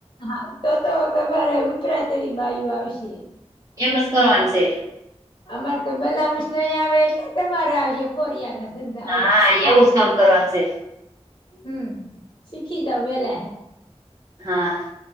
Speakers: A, on the left; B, on the right.
A: હા તો તો તમારે ઉપરાતરી બાયુ આવશે.
B: એમજ કરવાન છે.
A: અમાર તો બલાઉજ નહી આવે એટલે તમારે આવસે. કોરિયાના ધંધા
B: હા
A: ઓલા કામ
B: એવું જ કરવાનું છે
A: હમ્મ શીખી જાવ વેહલા.
B: હા.